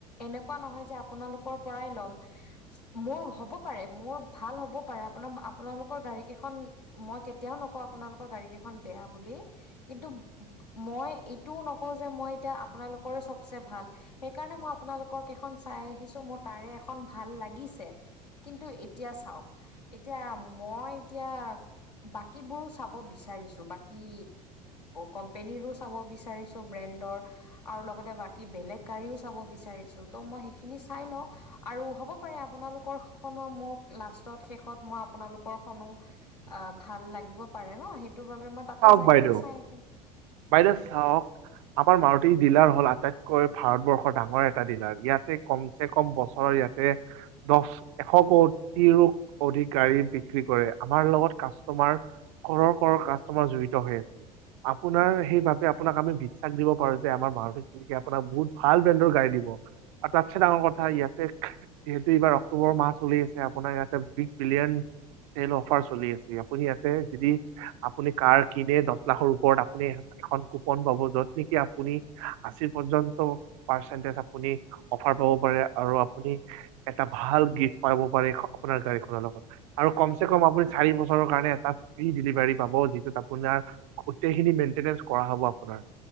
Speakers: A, on the left; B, on the right.
A: এনেকুৱা নহয় যে আপোনালোকৰ পৰাই ল'ম মোৰ হ'ব পাৰে মোৰ ভাল হ'বও পাৰে আপোনাৰ আপোনালোকৰ গাড়ী কেইখন মই কেতিয়াও নকওঁ আপোনালোকৰ গাড়ী কেইখন বেয়া বুলি কিন্তু মই এ তোও নকওঁ যে মই এতিয়া আপোনালোকৰে চবচে ভাল সেইকাৰণে মই আপোনালোকৰ কেইখন চাই আহিছো মোৰ তাৰে এখন ভাল লাগিছে। কিন্তু এতিয়া চাওক এতিয়া মই এতিয়া বাকীবোৰো চাব বিচাৰিছো বাকী কোম্পনীৰো চাব বি - বিচাৰিছো ব্ৰেণ্ডৰ আৰু লগতে বাক কি বেলেগ গাড়ীও চাব বিচাৰিছোঁ তো মই সেইখিনি চাই লওঁ আৰু হ'ব পাৰে আপোনালোকৰ খনো মোৰ - লাষ্টত শেষত মই আপোনালোকৰ খনো ভাল লাগিব পাৰে ন সেইটো বাবে মই - তাতে
B: চাওক
A: যাই
B: বাইদেউ
A: পিনে চাই আহিম।
B: বাইদেউ চাওক - আমাৰ মাৰুতি ডিলাৰ হল আটাইতকৈ ভাৰতবৰ্ষৰ ডাঙৰ এটা ডিলাৰ ইয়াতে কম - হে কম বছৰৰ ইয়াতে - দহ এশ কোটিৰ অধিক গাড়ী বিক্ৰী কৰে আমাৰ লগত কাষ্টমাৰ ক্ৰৰৰ ক্ৰৰৰ কাষ্টমাৰ জড়িত হৈ আছে আপোনাৰ সেইবাবে আপোনাক আমি বিশ্বাস দিব পাৰো যে আমাৰ মাৰুতি চুজুকি আপোনাক বহুত ভাল বেণ্ডৰ গাড়ী দিব আৰু তাতছে ডাঙৰ কথা ইয়াতে যিহেতু এইবাৰ অক্টোবৰ মাহ চলি আছে আপোনাৰ ইয়াতে বিগ বিলিয়ন - চেল অফাৰ চলি আছে, আপুনি ইয়াতে যদি আপুনি কাৰ কিনে দহ লাখৰ ওপৰত - আপুনি এখন কুপন পাব য'ত নেকি আপুনি আশি পৰ্যন্ত - পাৰ্চটিছ আপুনি অফাৰ পাব পাৰে, আৰু আপুনি - এটা ভাল গিফ্ট পাব পাৰে আপোনাৰ গাড়ীখনৰ লগত। আৰু কম চে কম আপুনি চাৰি বছৰৰ কাৰণে এটা ফ্ৰী ডেলিভাৰী পাব, যিটোত আপোনাৰ গোটেই - খিনি মেইন্টেনেচ কৰা হ'ব আপোনাৰ।